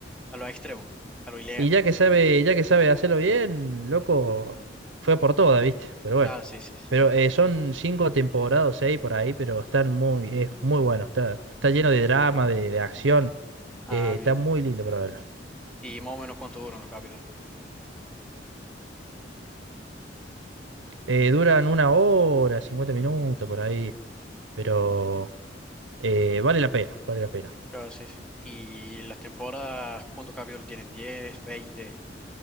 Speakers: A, in the centre; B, on the right.
A: a lo extremo, a lo ilegal.
B: y ya que sabe, ya que sabe hacerlo bien, loco, fue por toda, ¿viste? Pero bueno,
A: Claro, sí, sí. sí.
B: pero eh, son cinco temporadas, seis por ahí, pero están muy, es muy bueno, está, está lleno de drama, de, de acción,
A: Ah,
B: eh, está
A: bien,
B: muy
A: bien.
B: lindo para verlo.
A: Y más o menos cuánto duran los capítulos.
B: Eh, duran una hora, 50 minutos por ahí. Pero Eh, vale la pena, vale la pena.
A: Claro, sí, sí. Y las temporadas, ¿cuántos capítulos tienen? diez veinte